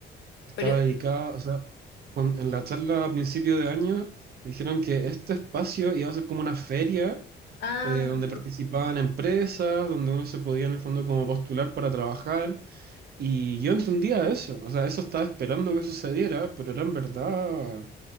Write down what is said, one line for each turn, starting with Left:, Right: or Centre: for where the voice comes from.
Right: estaba
Left: pero,
Right: dedicada,
Left: y-
Right: o sea, cuan- en la charla a principio de año dijeron que este espacio iba a ser como una feria
Left: ah,
Right: eh, donde participaban empresas, donde uno se podía en el fondo como postular para trabajar y yo entendía eso, o sea, eso estaba esperando que sucediera, pero era en verdad